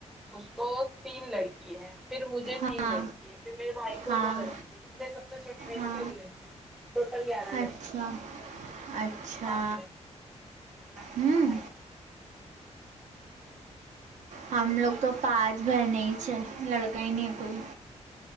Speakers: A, in the centre; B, on the right.
A: اس کو تین لڑکی ہیں پھر مجھے تین
B: ہاں
A: لڑکی ہے پھر میرے بھائی کو
B: ہاں
A: دو لڑکی ہے پھر میری سب سے چھوٹی بہن
B: ہاں
A: بھی ایک لڑکی ہے ٹوٹل گیارہ لڑکی
B: اچھا اچھا
A: پانچ
B: ہوں
A: بہن بھائی
B: ہم لوگ تو پانچ بہنیں ہی چہی ہے لڑکا ہی نہیں ہے کوئی